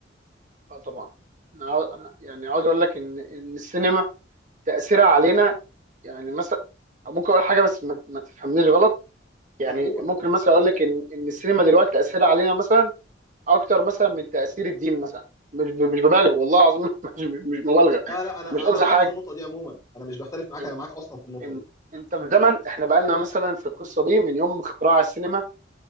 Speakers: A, on the right; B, on the left.
A: اه طبعا انا عاو- أنا يعني عاوز اقول لك ان ان السينما تاثيرها علينا يعني مثلا ممكن اقول حاجه بس ما, ما تفهمنيش غلط يعني
B: ده قول
A: ممكن
B: قول
A: مثلا اقول لك ان ان السينما دلوقتي تاثيرها علينا مثلا اكتر مثلا من تاثير الدين مثلا مش ب- مش ببالغ والله العظيم <laughs> مش مش مبالغه
B: لا لا أنا
A: مش قصدي
B: أنا معاك
A: حاجه
B: في النقطة دي عموما أنا مش بختلف معاك
A: ال-
B: أنا معاك أصلا في النقطة
A: إن-
B: دي
A: انت في زمن احنا بقالنا مثلا في القصه دي من يوم اختراع السينما